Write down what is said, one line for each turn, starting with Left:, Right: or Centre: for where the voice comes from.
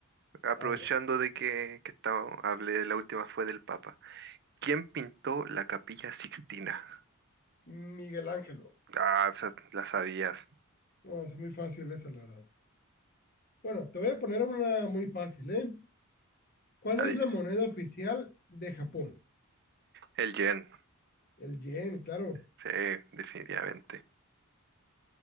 Right: aprovechando
Left: A ver,
Right: de que, que estamos- hablé, la última fue del Papa. ¿Quién pintó la Capilla Sixtina?
Left: Miguel Ángelo.
Right: Ah, esa la sabías.
Left: No, es muy fácil esa, la verdad. Bueno, te voy a poner una muy fácil, ¿eh? ¿Cuál
Right: Ya
Left: es
Right: di-
Left: la moneda oficial de Japón?
Right: El Jen,
Left: El yen, claro.
Right: sí, definitivamente.